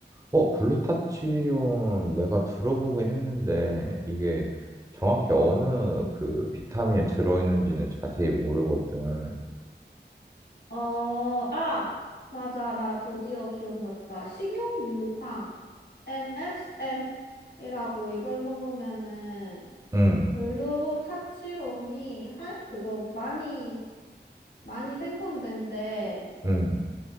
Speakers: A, on the right (about 20°); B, on the left (about 75°).
A: 어, 글루타치온 내가 들어보긴 했는데 이게 정확히 어느 그 비타민에 들어있는지는 자세히 모르거든.
B: 어, 아, 맞아. 나 드디어 기억났다. 식용유황, MSM이라고 이걸 먹으면은
A: 음,
B: 글루타치온이 하, 그거 많이, 많이 생성된대.
A: 음.